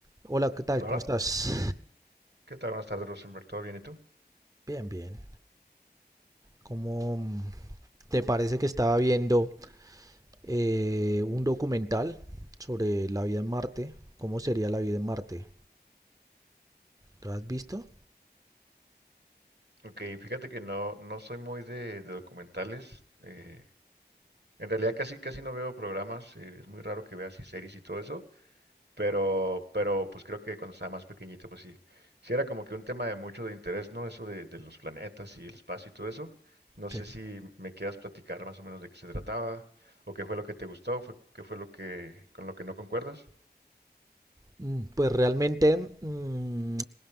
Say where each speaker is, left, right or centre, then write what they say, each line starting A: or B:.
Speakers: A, on the right; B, on the right.
A: Hola, ¿qué tal?
B: Hola,
A: ¿Cómo
B: hola.
A: estás?
B: ¿Qué tal? Buenas tardes, Rosenberg. ¿Todo bien y tú?
A: Bien, bien. ¿Cómo te parece que estaba viendo eh, un documental sobre la vida en Marte? ¿Cómo sería la vida en Marte? ¿Lo has visto?
B: Ok, fíjate que no, no soy muy de, de documentales. eh, en realidad casi, casi no veo programas. eh, es muy raro que vea así series y todo eso. Pero, pero pues creo que cuando estaba más pequeñito, pues sí. Sí era como que un tema de mucho de interés, ¿no? Eso de, de los planetas y el espacio y todo eso. No sé
A: Sí.
B: si me quieras platicar más o menos de qué se trataba, o qué fue lo que te gustó, fue, qué fue lo que, con lo que no concuerdas.
A: Mm, Pues realmente mm,